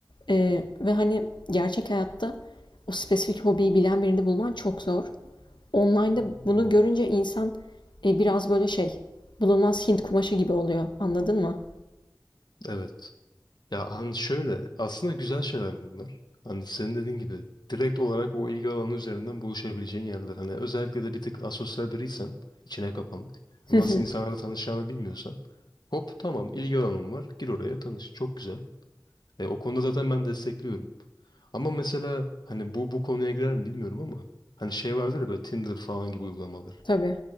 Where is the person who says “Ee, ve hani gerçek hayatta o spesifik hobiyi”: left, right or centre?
Left